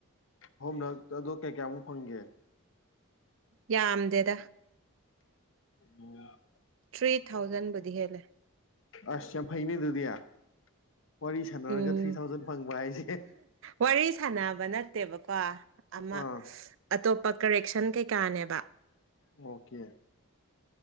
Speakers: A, on the left; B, on the right.
A: ꯑꯣꯝꯅ ꯑꯗꯣ ꯀꯩ ꯀꯌꯥꯃꯨꯛ ꯐꯪꯒꯦ
B: ꯌꯥꯝꯗꯦꯗ
A: ꯑꯣ
B: ꯊ꯭ꯔꯤ ꯊꯥꯎꯖꯟꯕꯨꯗꯤ ꯍꯦꯜꯂꯦ
A: ꯑꯁ ꯐꯩꯅꯤꯗꯨꯗꯤꯌꯥ ꯋꯥꯔꯤ ꯁꯥꯟꯅꯔꯒ
B: ꯎꯝ
A: ꯊ꯭ꯔꯤ ꯊꯥꯎꯖꯟ ꯐꯪꯕ ꯍꯥꯏꯁꯦ
B: ꯋꯥꯔꯤ ꯁꯥꯟꯅꯕ ꯅꯠꯇꯦꯕꯀꯣ ꯑꯃ
A: ꯑꯥ
B: ꯑꯇꯣꯞꯄ ꯀꯔꯦꯛꯁꯟ ꯀꯩꯀꯥꯅꯦꯕ
A: ꯑꯣꯀꯦ